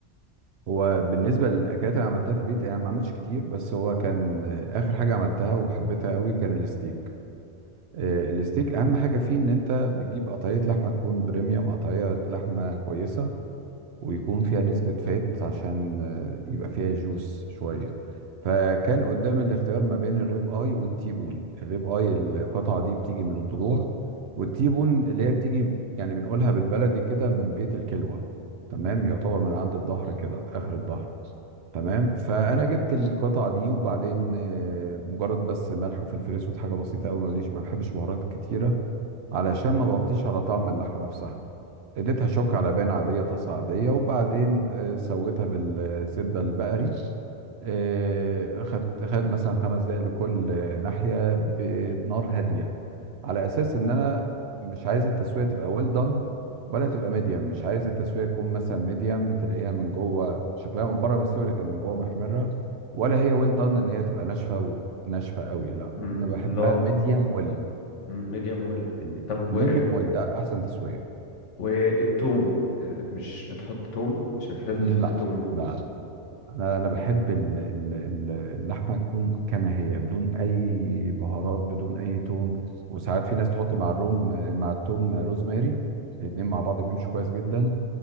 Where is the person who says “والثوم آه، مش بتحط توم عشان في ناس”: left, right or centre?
Left